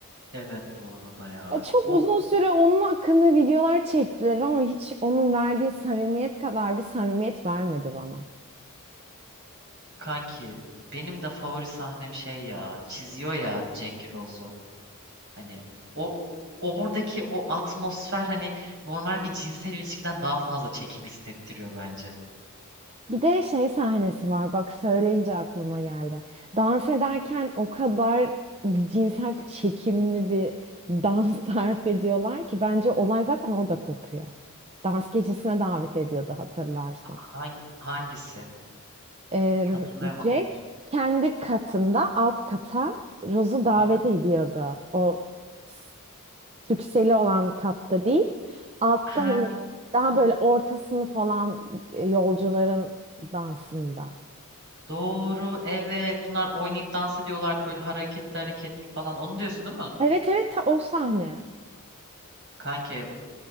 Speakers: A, on the right; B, on the right.
A: Evet bu arada ya.
B: Ya çok
A: O
B: uzun süre onun hakkında videolar çektiler ama hiç onun verdiği samimiyet kadar bir samimiyet vermedi bana.
A: kanki benim de favori sahnem şey ya. Çiziyor ya Jack Rose'u. Hani o oradaki o atmosfer hani normal bir cinsel ilişkiden daha fazla çekim hissettiriyor bence.
B: Bir de şey sahnesi var bak söyleyince aklıma geldi. Dans ederken o kadar cinsel çekimli bir dans <laughs> tarif ediyorlar ki bence olay zaten orada kopuyor. Dans gecesine davet ediyordu hatırlarsan.
A: Hangi, hangisi?
B: Ee,
A: Hatırlayamadım.
B: Jack kendi katında alt kata Rose'u davet
A: Aha.
B: ediyordu. O s- sükseli olan katta değil. Altta
A: Ha,
B: hani daha böyle ortasını falan e, yolcuların dansında.
A: doğru evet bunlar oynayıp dans ediyorlardı böyle hareketli hareketli falan onu diyorsun değil mi?
B: Evet evet ta o sahne.
A: Kanki